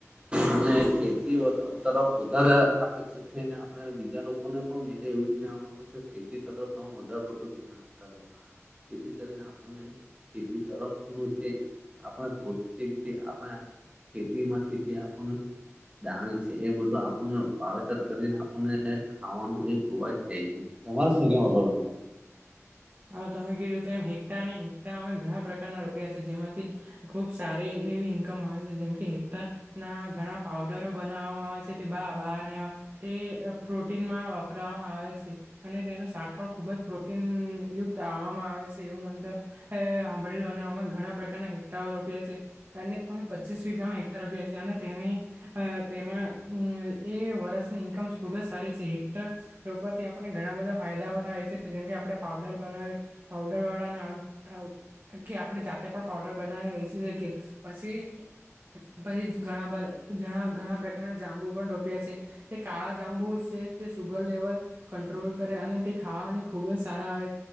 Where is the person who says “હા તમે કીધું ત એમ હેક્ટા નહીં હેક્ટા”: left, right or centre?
Right